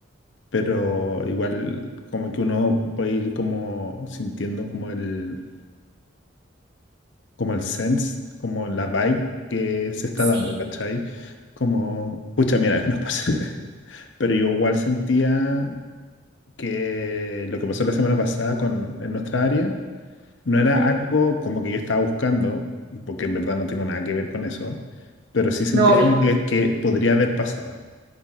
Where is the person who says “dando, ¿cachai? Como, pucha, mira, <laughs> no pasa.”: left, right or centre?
Left